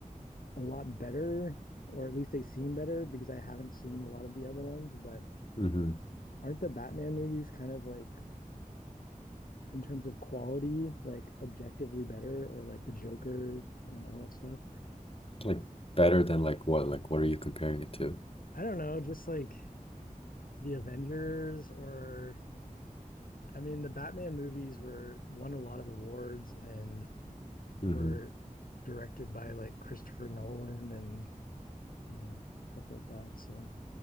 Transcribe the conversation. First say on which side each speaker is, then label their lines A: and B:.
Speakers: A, on the left (about 85°); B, on the left (about 40°).
A: a lot better, or at least they seem better because I haven't seen a lot of the other ones. But
B: hmm
A: aren't the Batman movies kind of like in terms of quality, like objectively better or like the Joker and all that stuff?
B: Like better than like what? Like what are you comparing it to?
A: I don't know, just like the Avengers or I mean the Batman movies were won a lot of awards and
B: hmm
A: were directed by like Christopher Nolan and you know stuff like that. So